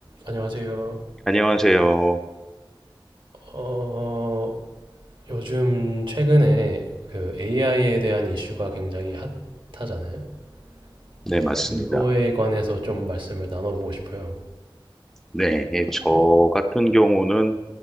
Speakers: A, on the right; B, in the centre.
A: 안녕하세요.
B: 안녕하세요.
A: 어, 요즘 최근에 그 AI에 대한 이슈가 굉장히 핫하잖아요. 네,
B: 네, 맞습니다.
A: 그거에 관해서 좀 말씀을 나눠보고 싶어요.
B: 네, 예, 저
A: 어,
B: 같은 경우는